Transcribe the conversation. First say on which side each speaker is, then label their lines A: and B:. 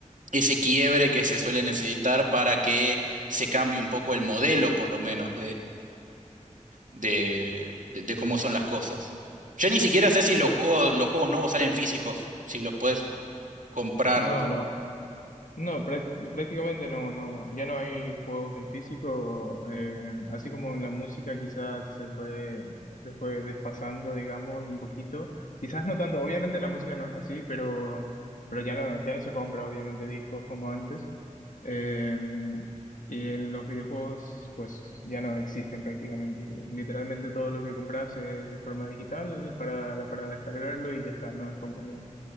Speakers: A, on the right (about 80°); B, on the left (about 80°).
A: ese quiebre que se suele necesitar para que se cambie un poco el modelo, por lo menos, de, de- de cómo son las cosas. Yo ni siquiera sé si los
B: Ta-
A: juegos, los juegos nuevos salen físicos, si los puedes comprar.
B: no, no. No, práct- prácticamente no, no, ya no hay juegos en físico, eh, así como en la música quizás se fue, se fue desfasando, digamos, un poquito. Quizás no tanto, obviamente la música no es así, pero, pero ya no, ya no se compra obviamente discos como antes. Eh, y en los videojuegos pues ya no existen prácticamente. Literalmente todo lo que compras es de forma digital para, para descargarlo y ya está, no es como que